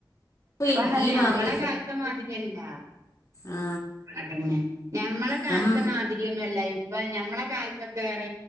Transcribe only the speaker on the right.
ഇപ്പ
തന്നെഞമ്മളെ
കാലത്തെ മാതിരി അല്ല
അതന്നെ ഞമ്മളെ കാലത്തെ
മാതിരി ഒന്നും അല്ല ഇപ്പൊ ഞമ്മളെ കാലത്തൊക്കറ